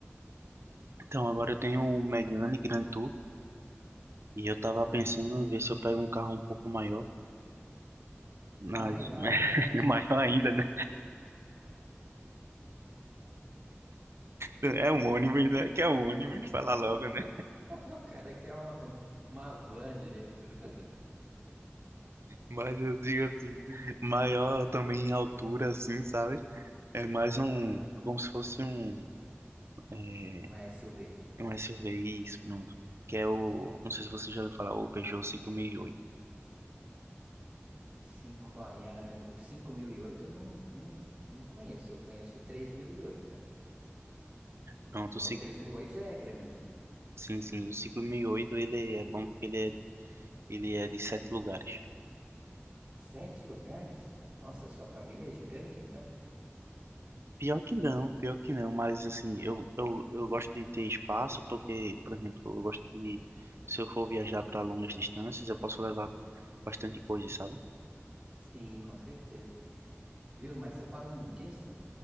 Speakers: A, on the right; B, on the right.
A: Então, agora eu tenho um Megane Grand Tour e eu tava
B: Aham.
A: pensando em ver se eu pego um carro um pouco maior, mas
B: Maior?
A: <laughs>
B: <laughs>
A: maior ainda, né? É um ônibus, né? Que é um ônibus, falar logo, né?
B: O cara quer uma, uma van direito. <laughs>
A: Mas eu digo assim, maior também em altura, assim, sabe? É mais um,
B: Hum,
A: como se fosse um, é,
B: Uma SUV.
A: um SUV, isso, pronto. Que é o, não sei se você já ouviu falar, o Peugeot 5008.
B: Cinco, ó, e a- o 5008 eu não, não, eu não conheço, eu conheço o 3008 aqui.
A: Pronto,
B: Mas
A: o 5,
B: o 3008 já é grande, né?
A: sim, sim, o 5008 ele é bom porque ele é, ele é de sete lugares.
B: Sete lugares? Nossa, sua família é gigante, então?
A: Pior que não, pior que não, mas assim, eu, eu, eu gosto de ter espaço porque, por exemplo, eu gosto de, se eu for viajar para longas distâncias, eu posso levar bastante coisa, sabe?
B: Sim, com certeza. Viu? Mas você falando disso,